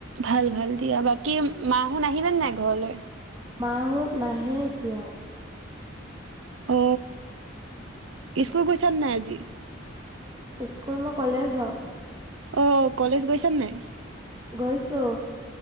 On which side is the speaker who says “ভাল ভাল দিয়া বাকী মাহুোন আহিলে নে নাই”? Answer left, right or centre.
Right